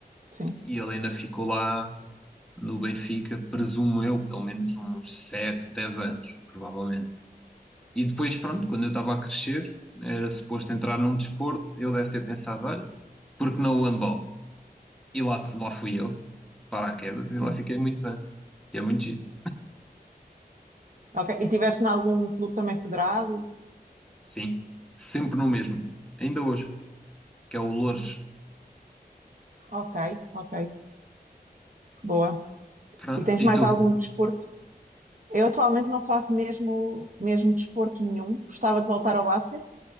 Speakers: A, on the right (about 55°); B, in the centre.
A: sim,
B: E ele ainda ficou lá no Benfica, presumo eu, pelo menos uns 7, 10 anos, provavelmente. E depois, pronto, quando eu estava a crescer, era suposto entrar num desporto, eu deve ter pensado, olha, porque não o handball? E lá, lá fui eu, de paraquedas, e lá
A: sim.
B: fiquei muitos anos. E é muito giro.
A: Ok. E tiveste em algum clube também federado?
B: Sim, sempre no mesmo, ainda hoje, que é o Loures.
A: Ok, ok. Boa.
B: Pronto,
A: E tens mais
B: e tu?
A: algum desporto? Eu atualmente não faço mesmo, mesmo desporto nenhum. Gostava de voltar ao basquete,